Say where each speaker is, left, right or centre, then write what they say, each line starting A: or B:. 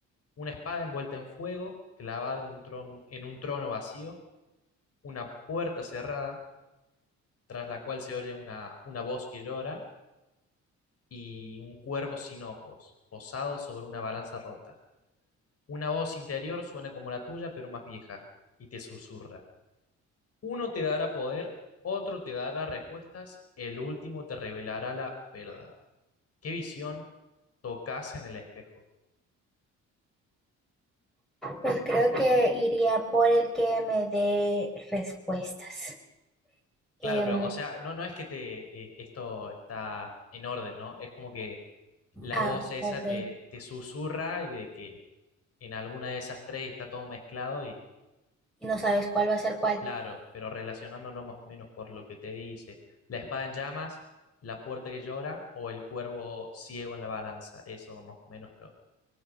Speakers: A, on the left; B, in the centre.
A: una espada envuelta en fuego, clavada en un tron- en un trono vacío, una puerta cerrada, tras la cual se oye una, una voz que llora, y un cuervo sin ojos, posado sobre una balanza rota. Una voz interior suena como la tuya, pero más vieja, y te susurra. Uno te dará poder, otro te dará respuestas, el último te revelará la verdad. ¿Qué visión tocas en el espejo?
B: Pues creo que iría por el que me dé respuestas.
A: Claro,
B: Em,
A: pero, o sea, no, no es que te, eh, esto está en orden, ¿no? Es como que la
B: ah,
A: voz esa
B: ok.
A: te, te susurra y de que en alguna de esas tres está todo mezclado y,
B: Y no sabes cuál va a ser cuál.
A: Claro, pero relacionándolo más o menos por lo que te dice, la espada en llamas, la puerta que llora o el cuervo ciego en la balanza, eso más o menos lo,